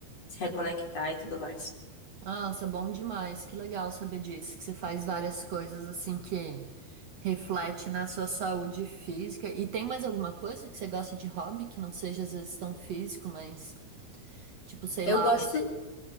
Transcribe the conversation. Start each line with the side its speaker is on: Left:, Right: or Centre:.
Left: se reconectar e tudo mais.
Right: Nossa, bom demais. Que legal saber disso, que você faz várias coisas assim que reflete na sua saúde física. E tem mais alguma coisa que você gosta de hobby que não seja às vezes tão físico, mas tipo, sei
Left: Eu
Right: lá,
Left: gosto